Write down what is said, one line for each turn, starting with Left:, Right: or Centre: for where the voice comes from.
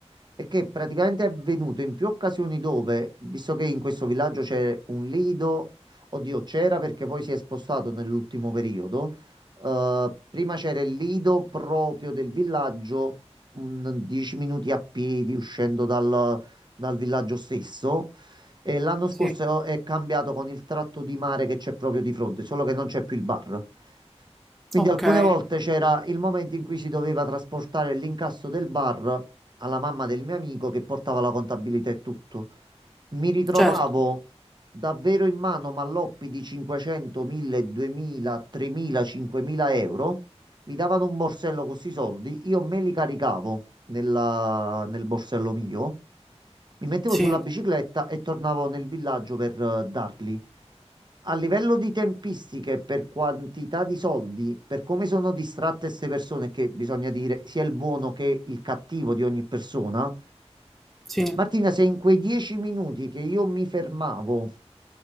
Right: è che praticamente è avvenuto in più occasioni dove, visto che in questo villaggio c'è un lido, oddio, c'era perché poi si è spostato nell'ultimo periodo. eh, prima c'era il lido proprio del villaggio, un 10 minuti a piedi uscendo dal, dal villaggio stesso. E l'anno scorso
Centre: Sì,
Right: è cambiato con il tratto di mare che c'è proprio di fronte, solo che non c'è più il bar. Quindi
Centre: okay,
Right: alcune volte c'era il momento in cui si doveva trasportare l'incasso del bar alla mamma del mio amico che portava la contabilità e tutto. Mi ritrovavo
Centre: certo,
Right: davvero in mano malloppi di 500, 1000, 2000, 3000, 5000 euro. Mi davano un borsello con questi soldi, io me li caricavo nella- nel borsello mio, mi mettevo
Centre: sì,
Right: sulla bicicletta e tornavo nel villaggio per eh, darli. A livello di tempistiche, per quantità di soldi, per come sono distratte queste persone, che bisogna dire sia il buono che il cattivo di ogni persona,
Centre: sì, non
Right: Martina, se in quei dieci minuti che io mi fermavo